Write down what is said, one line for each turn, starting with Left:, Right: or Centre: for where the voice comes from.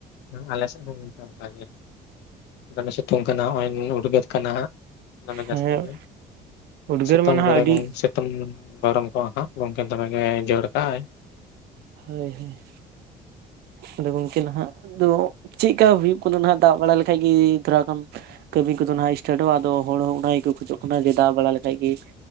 Left: ᱟᱞᱮ ᱥᱮᱫ ᱦᱚᱸ ᱚᱱᱠᱟ ᱫᱷᱟᱨᱟ ᱜᱮ, ᱫᱚᱢᱮ ᱥᱤᱛᱩᱝᱼᱼ ᱠᱟᱱᱟ ᱱᱚᱜ-ᱚᱭ ᱱᱩᱱᱟᱹᱜ ᱩᱫᱜᱟᱹᱨ ᱠᱟᱱᱟ ᱦᱟᱸᱜ, ᱫᱚᱢᱮ ᱡᱟᱹᱥᱛᱤ
Right: ᱦᱮᱸ
Left: ᱜᱮ, ᱧᱚᱜ
Right: ᱩᱫᱽᱜᱟᱹᱨ
Left: ᱥᱤᱛᱩᱝ
Right: ᱢᱟ ᱱᱟᱦᱟᱜ
Left: ᱵᱮᱲᱟ
Right: ᱟᱹᱰᱤ
Left: ᱵᱚᱱ ᱥᱤ <unintelligible> ᱜᱚᱢᱠᱮ ᱫᱚᱢᱮ ᱜᱮ ᱡᱟᱹᱲ ᱠᱟᱜᱟᱭ᱾
Right: ᱦᱳᱭ-ᱦᱳᱭ, ᱟᱫᱚ ᱜᱚᱝᱠᱮ ᱱᱷᱟᱜ ᱫᱚ ᱪᱤᱫ ᱠᱟ ᱦᱩᱭᱩᱜ ᱠᱟᱱᱟ ᱱᱷᱟᱜ ᱫᱟᱜ ᱵᱟᱲᱟ ᱞᱮᱠᱟ ᱜᱤ ᱛᱷᱚᱲᱟ ᱜᱟᱱᱼᱼ ᱠᱟᱹᱢᱤ ᱠᱚᱫᱚ ᱱᱷᱟᱜ ᱥᱴᱟᱴᱚᱜ-ᱟ, ᱟᱫᱚ ᱦᱚᱲ ᱦᱚᱸ ᱚᱱᱟ ᱜᱮᱠᱚ ᱠᱷᱚᱡᱚᱜ ᱠᱟᱱᱟ ᱡᱮ ᱫᱟᱜ ᱵᱟᱲᱟ ᱞᱮᱠᱷᱟᱡ ᱜᱮᱼᱼ